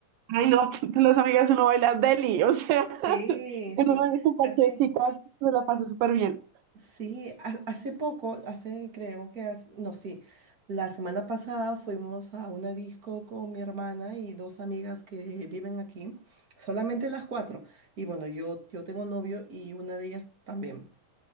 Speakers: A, on the right (about 85°); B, on the right (about 50°).
A: Ay, no, <laughs> con las amigas uno baila deli, o sea, <laughs>
B: Sí,
A: uno
B: sí,
A: baila con parche
B: hace,
A: de chicas, se la pasa súper bien.
B: Sí, ha- hace poco, hace creo que hace- no, sí, la semana pasada fuimos a una disco con mi hermana y dos amigas que viven aquí, solamente las cuatro. Y bueno, yo, yo tengo novio y una de ellas también.